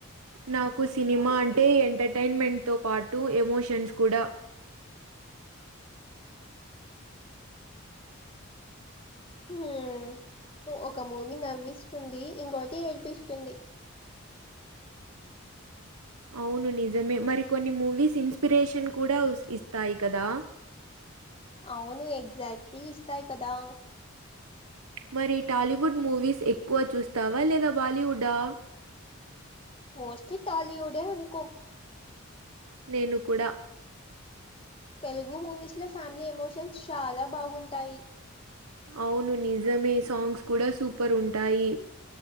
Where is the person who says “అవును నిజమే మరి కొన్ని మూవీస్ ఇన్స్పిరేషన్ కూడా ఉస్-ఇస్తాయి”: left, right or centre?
Right